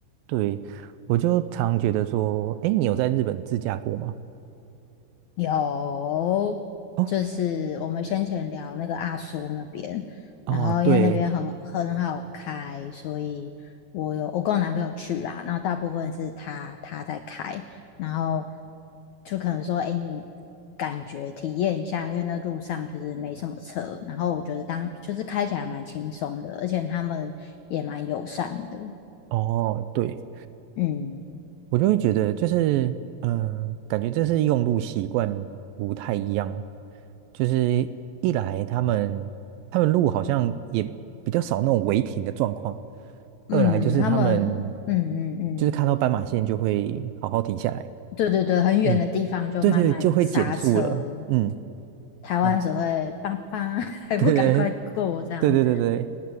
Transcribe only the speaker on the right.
对，我就常觉得说，哎，你有在日本自驾过吗？
哦
哦，
对，
哦对。
我就会觉得就是，嗯、感觉这是用路习惯不太一样。就是一来他们他们路好像也比较少那种违停的状况，
二来就是他们
就是看到斑马线就会好好停下来，
嗯，对对，就会减速了，嗯，
然后
<laughs>
对对，对对对对，